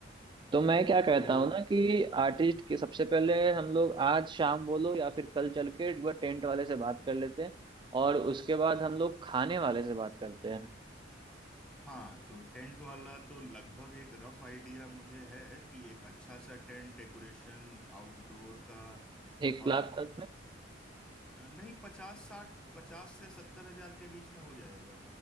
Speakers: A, on the right (about 25°); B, in the centre.
A: तो मैं क्या कहता
B: तो
A: हूँ ना कि आर्टिस्ट के सबसे पहले हम लोग आज शाम बोलो या फिर कल चल के एक बार टेंट वाले से बात कर लेते हैं और उसके बाद हम लोग खाने वाले से बात करते हैं
B: हाँ तो टेंट वाला तो लगभग एक रफ आइडिया मुझे है कि एक अच्छा सा टेंट डेकोरेशन आउटडोर का
A: एक
B: पा,
A: लाख तक में
B: नहीं पचास साठ पचास से सत्तर हजार के बीच में हो जाएगा